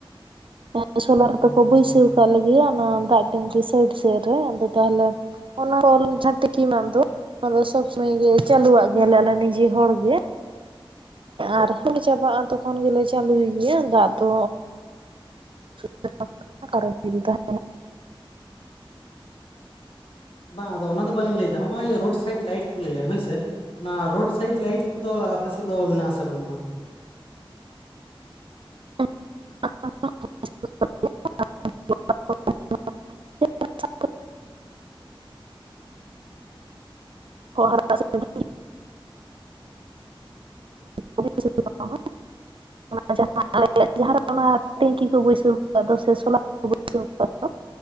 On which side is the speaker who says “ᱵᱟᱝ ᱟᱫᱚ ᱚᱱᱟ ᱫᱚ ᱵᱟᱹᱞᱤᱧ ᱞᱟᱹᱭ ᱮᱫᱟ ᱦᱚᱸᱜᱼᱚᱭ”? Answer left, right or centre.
Left